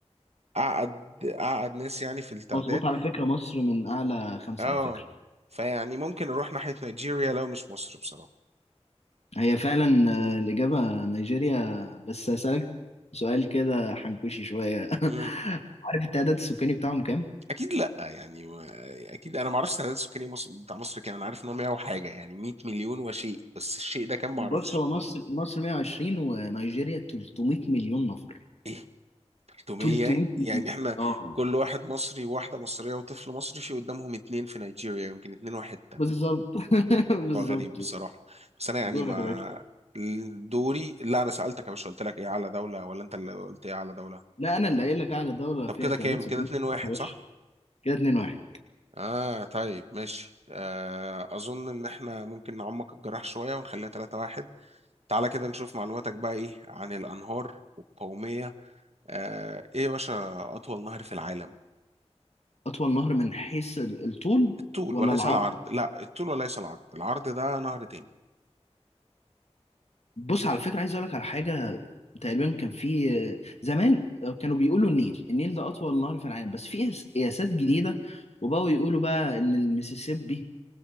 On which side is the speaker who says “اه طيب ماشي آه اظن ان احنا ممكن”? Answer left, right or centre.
Right